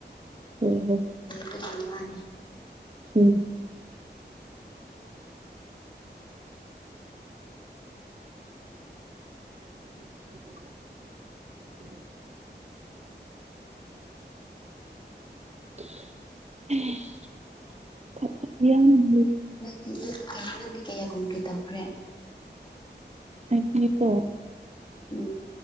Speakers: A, on the right (about 35°); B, on the left (about 25°).
A: ꯍꯝ ꯍꯝ
B: ꯀ ꯈꯣꯂꯨ ꯋꯥꯅꯤ
A: ꯎꯝ <inaudible> ꯏ
B: ꯅꯗꯤ ꯅꯠꯇ ꯅ ꯀꯌꯥ ꯀꯨꯝ ꯀꯔꯤ ꯇꯧꯈ꯭ꯔꯦ
A: ꯑꯩꯒꯤꯀꯣ
B: ꯎꯝ